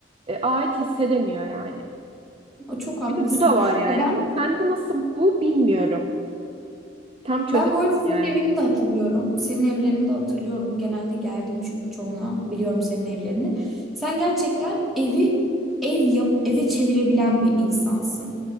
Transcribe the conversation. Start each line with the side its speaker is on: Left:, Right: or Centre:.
Right: e, ait hissedemiyor yani.
Centre: O çok haklısın.
Right: Bir de bu da var yani.
Centre: E ben
Right: Ama sende nasıl bu bilmiyorum. Tam çözemedim
Centre: Ben bu arada senin
Right: yani.
Centre: evini de hatırlıyorum. Senin evlerini de hatırlıyorum. Genelde geldim çünkü çoğuna. Biliyorum senin evlerini. Sen gerçekten evi ev yap, eve çevirebilen bir insansın.